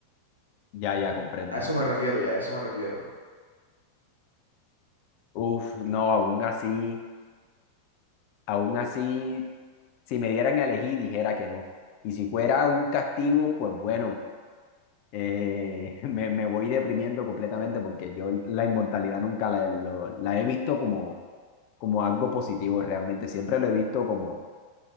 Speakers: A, on the left; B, on the right.
A: ya, ya, comprendo,
B: A eso
A: comprendo.
B: me refiero ya, a eso me refiero.
A: Uf, no, aún así, aún así, si me dieran a elegir, dijera que no. Y si fuera un castigo, pues bueno, eh, <laughs> me, me voy deprimiendo completamente porque yo la inmortalidad nunca la, lo- la he visto como, como algo positivo realmente, siempre lo he visto como,